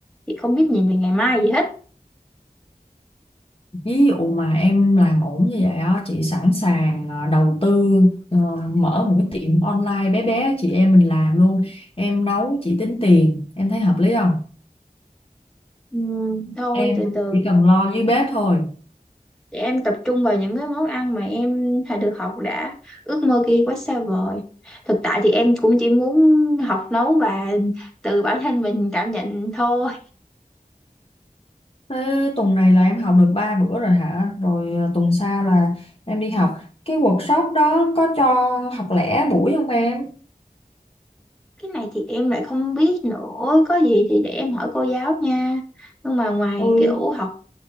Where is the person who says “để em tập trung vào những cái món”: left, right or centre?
Centre